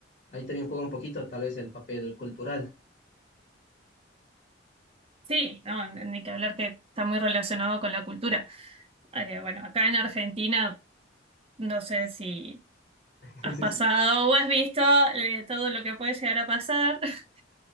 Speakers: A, on the left (about 45°); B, on the right (about 30°).
A: ahí también juega un poquito tal vez el papel cultural.
B: Sí, no, ni que hablar que está muy relacionado con la cultura. Eh, bueno, acá en Argentina, no sé si
A: <laughs>
B: has pasado o has visto eh, todo lo que puede llegar a pasar. <laughs>